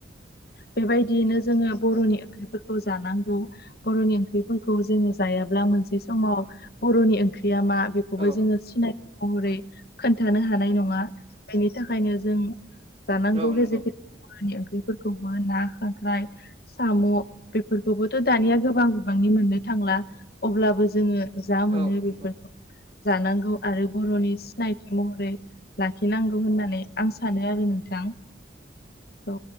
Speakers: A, on the left; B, on the right.
A: बेबायदियैनो जोङो बर'नि ओंख्रिफोरखौ जानांगौ बर'नि ओंख्रिफोरखौ जोङो जायाब्ला मोनसे समाव बर'नि ओंख्रिरिया मा बे खौबो
B: औ
A: जोङो सिनाय महरै खोन्थानो हानाय नङा बेनि थाखायनो जों जानांगौ
B: औ नंगौ
A: गेजेर गेजेरानि ओंख्रिफोरखौबो ना खांख्राय साम' बे बे खौबोथ' दानिया गोबां गोबांनि मोननो थांला अब्लाबो जोङो जा मोनो
B: औ
A: बेफोरखौ
B: नंगौ
A: जानांगौ आरो बर'नि सिनायथि महरै लाखिनांगौ होननानै आं सानो सानो आरो नोंथां औ